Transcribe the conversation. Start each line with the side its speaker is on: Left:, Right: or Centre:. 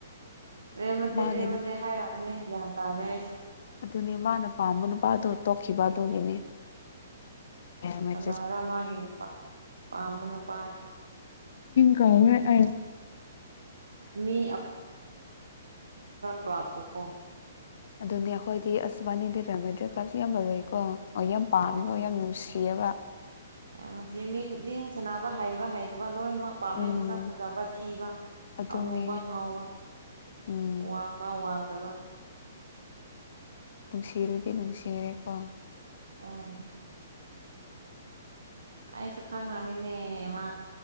Right: ꯔꯦꯝꯃꯗ꯭ꯔꯦ
Left: ꯃꯥꯒꯤ
Right: ꯔꯦꯝꯃꯗ꯭ꯔꯦ ꯍꯥꯏꯔꯛꯑꯃꯅꯦ ꯒ꯭ꯌꯥꯟ ꯇꯥꯔꯦ ꯑꯩꯁꯨ
Left: ꯑꯗꯨꯅꯦ ꯃꯥꯅ ꯄꯥꯝꯕ ꯅꯨꯄꯥꯗꯣ ꯇꯣꯛꯈꯤꯕ ꯑꯗꯨꯒꯤꯅꯦ ꯃ
Right: ꯀꯅꯥꯔ ꯃꯥꯒꯤ ꯅꯨꯄꯥ ꯄꯥꯝꯕ ꯅꯨꯄꯥꯁꯦ
Left: ꯀꯋ ꯑ
Right: ꯃꯤ ꯀ꯭ꯂꯥꯄꯣꯛ ꯀꯣ
Left: ꯑꯗꯨꯅꯦ ꯑꯩꯈꯣꯏꯗꯤ ꯑꯁꯕꯥꯅꯤꯗꯤꯗ ꯃꯦꯗꯤꯦꯜ ꯀ꯭ꯂꯥꯁ ꯌꯥꯝꯕ ꯂꯩꯀꯣ ꯑꯣ ꯌꯥꯝ ꯄꯥꯝꯃꯤꯅꯣ
Right: ꯍꯣꯏ
Left: ꯌꯥꯝ ꯅꯨꯡꯁꯤ ꯁꯤꯕ
Right: ꯌꯥꯝ ꯉꯁꯤ ꯃꯤ ꯈꯨꯗꯤꯡ ꯁꯥꯟꯅꯕ ꯍꯥꯏꯕ ꯍꯥꯏꯩꯗꯕ ꯂꯣꯏꯅꯃꯛ ꯄꯥꯝꯃꯦ
Left: ꯎꯝ
Right: ꯃꯁꯛ ꯐꯖꯕ ꯊꯤꯕ
Left: ꯑꯗꯨꯅꯦ
Right: ꯑꯃꯨꯕ ꯉꯥꯎꯕ
Left: ꯎꯝ
Right: ꯋꯥꯡꯕ ꯋꯥꯡꯗꯕ
Left: ꯅꯨꯡꯁꯤꯔꯗꯤ ꯅꯨꯡꯁꯤꯔꯦꯀꯣ
Right: ꯑꯥ ꯑꯩꯁꯨ ꯈꯪꯉꯃꯤꯅꯦ ꯃꯥ